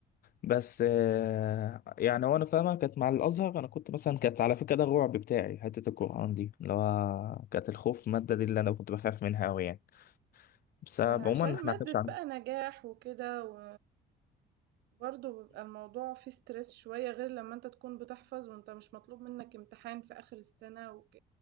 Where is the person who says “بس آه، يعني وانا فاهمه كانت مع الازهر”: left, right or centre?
Left